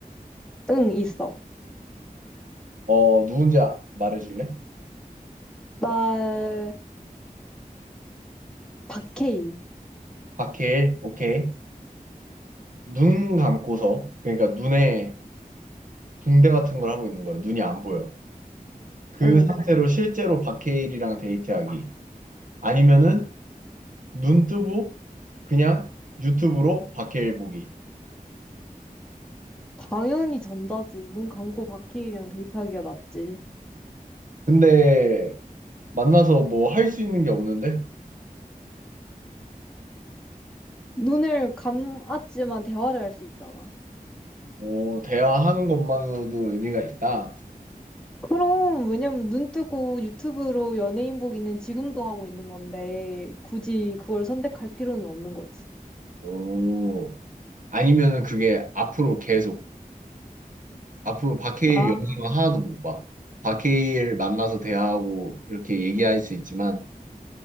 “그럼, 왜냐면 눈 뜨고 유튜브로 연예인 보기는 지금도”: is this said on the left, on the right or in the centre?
Centre